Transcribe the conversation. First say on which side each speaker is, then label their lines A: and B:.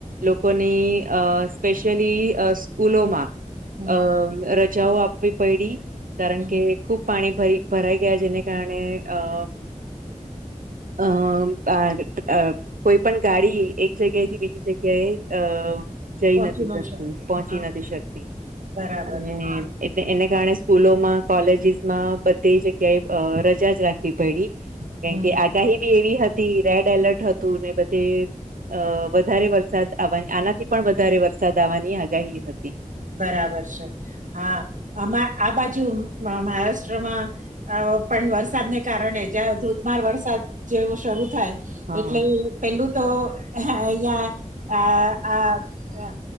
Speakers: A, on the right (about 85°); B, on the right (about 70°).
A: લોકોની અહ સ્પેશિયલી સ્કૂલોમાં
B: હમ
A: અહ રજાઓ આપવી પયડી કારણ
B: હમ
A: કે ખૂબ પાણી ભય ભરાઈ ગયા જેને કારણે અહ
B: હ <unintelligible>
A: અહ આ અહ કોઈ પણ ગાડી એક જગ્યા એથી બીજી જગ્યાએ અહ જઈ
B: પહોંચી
A: નથી
B: ન
A: શકતી
B: શકે
A: પોહોંચી
B: હા હા.
A: નથી શકતી
B: બરાબર
A: અને
B: હા
A: ને એને કારણે સ્કૂલોમાં કોલેજીસમાં બધી જગ્યાએ અહ રજા જ રાખવી પયડી કેમ
B: હમ
A: કે આગાહી બી એવી હતી રેડ એલર્ટ હતું ને બધે અહ વધારે વરસાદ આવવા આનાથી પણ વધારે વરસાદ આવવાની આગાહી હતી
B: બરાબર છે હા આમાં આ બાજુ મ મહારાષ્ટ્રમાં અહ પણ વરસાદને કારણે જ્યાં ધોધમાર વરસાદ જેવો શરૂ થાય
A: હા
B: એટલે પેલું તો અહિયાં આ આ